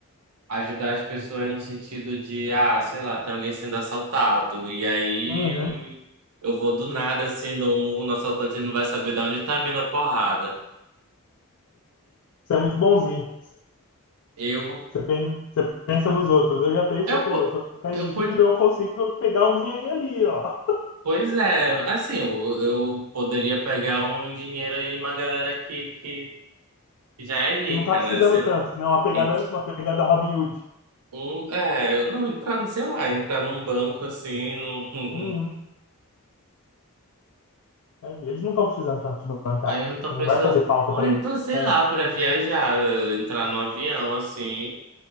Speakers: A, on the right (about 80°); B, on the left (about 65°).
A: ajudar as pessoas no sentido de, ah, sei lá, tem alguém sendo assaltado e aí
B: Uhum.
A: eu vou do nada assim, dou um murro no assaltante, ele não vai saber de onde tá vindo a porrada.
B: Você é muito bonzinho.
A: Eu,
B: Você, pen- você pensa nos outros. Eu já penso,
A: eu,
B: pô,
A: po-
B: se eu ficar
A: eu,
B: invisível,
A: po-
B: eu consigo pegar um dinheirinho ali, ó.
A: pois é, assim, eu, eu poderia pegar um dinheiro aí, uma galera que, que que já é rica,
B: Que não tá precisando
A: né?
B: tanto, né? Uma pegada,
A: Ent-
B: uma pegada Robin Hood.
A: Um, é, eu- não, entrar, sei lá, entrar num banco assim, num,
B: Uhum.
A: <laughs>
B: É, eles não estão precisando tanto de bancários.
A: aí eu não tô
B: Não
A: precisando.
B: vai fazer falta
A: Ou
B: para
A: então,
B: eles.
A: sei
B: É,
A: lá, para viajar, eh, entrar num avião assim,